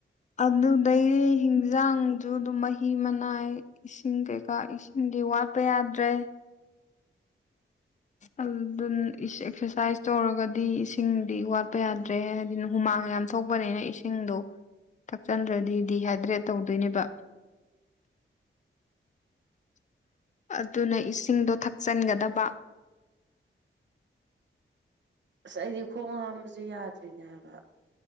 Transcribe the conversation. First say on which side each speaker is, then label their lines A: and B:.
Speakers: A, on the left (about 35°); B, on the right (about 60°).
A: ꯑꯗꯨꯗꯩꯗꯤ ꯍꯤꯟꯖꯥꯡꯖꯨ ꯑꯗꯨꯝ ꯃꯍꯤ ꯃꯅꯥꯏ ꯏꯁꯤꯡ ꯀꯩꯀꯥ ꯏꯁꯤꯡꯗꯤ ꯋꯥꯠꯄ ꯌꯥꯗ꯭ꯔꯦ ꯑꯗꯨꯗꯨꯟ ꯏꯁ ꯑꯦꯛꯁꯔꯁꯥꯏꯁ ꯇꯧꯔꯒꯗꯤ ꯏꯁꯤꯡꯗꯤ ꯋꯥꯠꯄ ꯌꯥꯗ꯭ꯔꯦ ꯍꯥꯗꯤ ꯍꯨꯃꯥꯡ ꯌꯥꯝ ꯊ‌ꯣꯛꯄꯅꯤꯅ ꯏꯁꯤꯡꯗꯣ ꯊꯛꯆꯟꯗ꯭ꯔꯗꯤ ꯗꯤꯍꯥꯏꯗ꯭ꯔꯦꯠ ꯇꯧꯗꯣꯏꯅꯦꯕꯥ ꯑꯗꯨꯅ ꯏꯁꯤꯡꯗꯣ ꯊꯛꯆꯟꯒꯗꯕꯥ
B: ꯑꯁ ꯑꯩꯗꯤ ꯈꯣꯡ ꯍꯥꯝꯕꯁꯨ ꯌꯥꯗ꯭ꯔꯤꯅꯦ ꯍꯥꯏꯕ